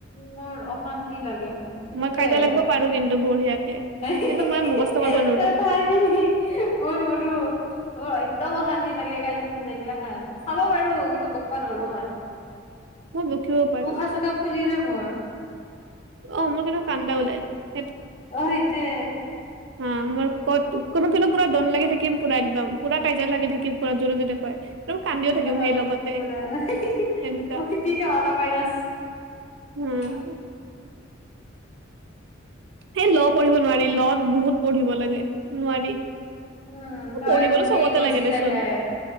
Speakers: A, on the left; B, on the right.
A: মোৰ অশান্তি লাগে তুমি
B: মই
A: তই
B: কাজিয়া লাগিব পাৰো কিন্তু বঢ়িয়াকে
A: পাৰিবি
B: কিন্তু মই মুখস্থ কৰিব নোৱাৰো
A: মোৰ নৰু একদম অশান্তি লাগে কাজিয়া চাজিয়া লাগিলে হয় চাব পাৰো কিন্তু বকব নৰো মই
B: মই বকিব পাৰো
A: উশাহ চুশাহ ফুলি মোৰ
B: অ মোৰ কিন্তো কান্দা ওলাই যায়
A: অ এতে
B: হ মোৰ কত কোনো কোনো পুৰা দন লাগি থাকিম পুৰা একদম পুৰা কাজিয়া লাগি থাকিম পুৰা জোৰে জোৰে কয় আৰু কান্দিও থাকিম
A: তলত
B: সেই লগতে
A: এক্টিবোৰে বহুত
B: সেনেকা
A: তিতা অলপ এৰচ
B: উম
A: <unintelligible>
B: সেই ল' পঢ়িব নোৱাৰি লত বহুত পঢ়িব লাগে নোৱাৰি
A: উম, হয়
B: পঢ়িবতো
A: মোক
B: চবতে
A: এই কৈছিলে
B: লাগে দেচোন
A: তাই।